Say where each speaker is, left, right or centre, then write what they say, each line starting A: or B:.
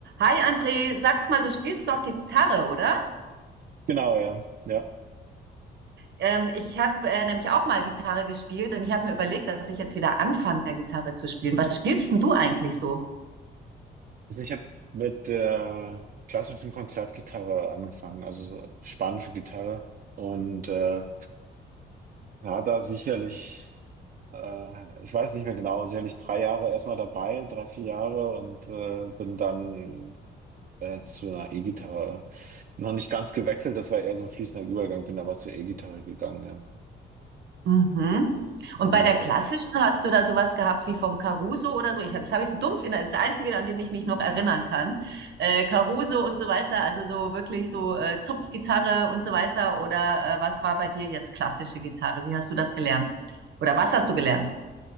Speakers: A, on the right; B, on the right.
A: Hi André, sag mal, du spielst doch Gitarre, oder?
B: Genau, ja. Ja.
A: Ähm, ich habe äh, nämlich auch mal Gitarre gespielt und ich habe mir überlegt, dass ich jetzt wieder anfange, Gitarre zu spielen. Was spielst denn du eigentlich so?
B: Also ich habe mit der klassischen Konzertgitarre angefangen, also so spanische Gitarre. Und äh, war da sicherlich, äh, ich weiß nicht mehr genau, sicherlich drei Jahre erstmal dabei, drei, vier Jahre und äh, bin dann äh, zu einer E-Gitarre noch nicht ganz gewechselt, das war eher so ein fließender Übergang, bin aber zur E-Gitarre gegangen, ja.
A: Mhm. Und
B: Und
A: bei der klassischen
B: äh,
A: hast du da sowas gehabt wie vom Caruso oder so? Ich, das habe ich so dumpf in der, das ist der einzige, an den ich mich noch erinnern kann. Äh, Caruso und so weiter, also so wirklich so äh, Zupfgitarre und so weiter. Oder äh, was war bei dir jetzt klassische Gitarre? Wie hast du das gelernt? Oder was hast du gelernt?